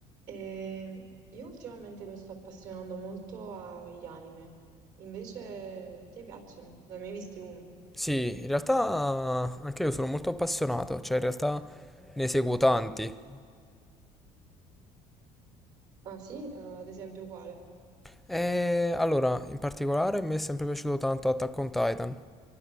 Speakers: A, on the right; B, in the centre.
A: E io ultimamente mi sto appassionando molto agli anime. Invece a te piacciono? Ne hai mai visti uno?
B: Sì, in realtà anche io sono molto appassionato, cioè in realtà ne seguo tanti.
A: Ah sì? Eh, ad esempio quale?
B: E allora, in particolare mi è sempre piaciuto tanto Attack on Titan,